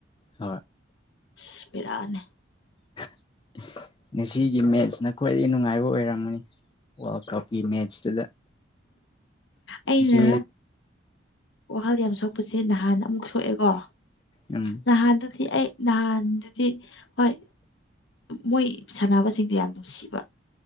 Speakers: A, on the left (about 25°); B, on the left (about 70°).
A: ꯍ
B: ꯏꯁ ꯄꯔꯅꯦ
A: <unintelligible> ꯉꯁꯤꯒꯤ ꯃꯦꯠꯁꯅ ꯈ꯭ꯋꯥꯏꯗꯒꯤ ꯅꯨꯡꯉꯥꯏꯕ ꯑꯣꯏꯔꯝꯅꯤ ꯋꯥꯔꯜ ꯀꯞꯀꯤ ꯃꯦꯠꯁꯇꯨꯗ
B: ꯑꯩꯅ
A: ꯁꯤ
B: ꯋꯥꯈꯜ ꯌꯥꯝ ꯁꯣꯛꯄꯁꯦ ꯅꯍꯥꯟ ꯑꯃꯨꯛ ꯁꯣꯛꯑꯦꯀꯣ
A: ꯎꯝ
B: ꯅꯍꯥꯟꯗꯨꯗꯤ ꯑꯩ ꯅꯍꯥꯟꯗꯨꯗꯤ ꯍꯣꯏ ꯃꯣꯏ ꯁꯥꯟꯅꯕꯁꯤꯡꯗꯤ ꯌꯥꯝ ꯅꯨꯡꯁꯤꯕ